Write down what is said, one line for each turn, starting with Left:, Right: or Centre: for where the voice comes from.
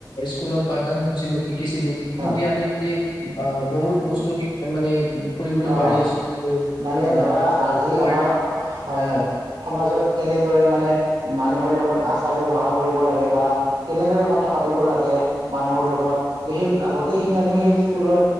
Left: স্কুলত পাঠদান কৰিছিলো শিকিছিলো সেইখিনি
Right: হয়
Left: আমি আজি। অ বহুত বস্তু মানে কৰিবলৈ
Right: অ
Left: পাৰি আছো
Right: মানে
Left: আহ
Right: ধৰা আজি
Left: হয়
Right: আমাৰ হয় হয় সমাজত কেনেদৰে মানে মানুহৰ লগত আচাৰ ব্যৱহাৰ কৰিব লাগে। বা কেনেদৰে কথা পাতিব লাগে। মানুহৰ লগত সেই গোটেইখিনি আমি সেই স্কুলৰ